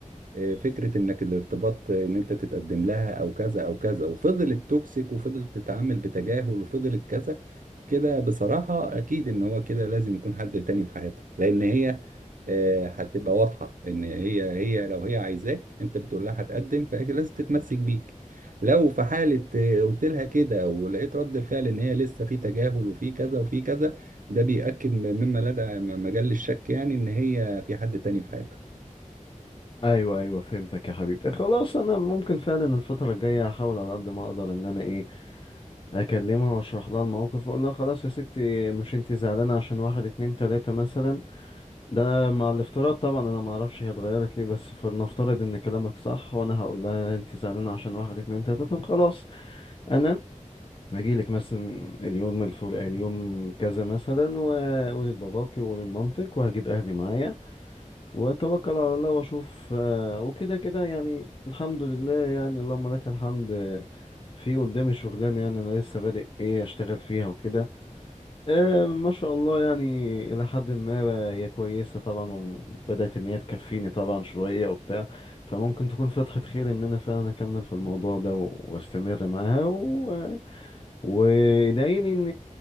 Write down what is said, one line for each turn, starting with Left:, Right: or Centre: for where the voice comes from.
Right: آه، فكره انك الارتباط آه، ان انت تتقدم لها او كذا او كذا وفضلت توكسيك وفضلت تتعامل بتجاهل وفضلت كذا كده بصراحة أكيد إن هو كده لازم يكون حد تاني في حياتك لأن هي آه، هتبقى واضحة إن هي هي لو هي عايزاك أنت بتقول لها هتقدم فهي لازم تتمسك بيك لو في حالة آه، قلت لها كده ولقيت رد الفعل إن هي لسه في تجاهل وفي كذا وفي كذا ده بيأكد م- مما لدى م- مجال الشك يعني إن هي في حد تاني في حياتك
Left: أيوه أيوه فهمتك يا حبيبي خلاص أنا ممكن فعلا الفترة الجاية هحاول على قد ما أقدر إن أنا إيه أكلمها وأشرح لها الموقف وأقول لها خلاص يا ستي مش أنتي زعلانة عشان واحد اتنين تلاتة مثلا ده أنا مع الافتراض طبعا انا ما اعرفش هي اتغيرت ليه بس فلنفترض ان كلامك صح وانا هقول لها انت زعلانه عشان واحد اتنين تلاته طب خلاص انا هجيلك مثلا اليوم الفلاني اليوم كذا مثلا واقول لباباكي واقول لمامتك وهجيب اهلي معايا واتوكل على الله واشوف آه، وكده كده يعني الحمد لله يعني اللهم لك الحمد آه، في قدامي شغلانه يعني انا لسه بادئ ايه اشتغل فيها وكده آه، ما شاء الله يعني إلى حد ما بقى هي كويسة طبعا وبدأت إن هي تكفيني طبعا شوية وبتاع فممكن تكون فتحة خير إن أنا فعلا أكمل في الموضوع ده و- وأستمر معاها و... وإدعيلي إن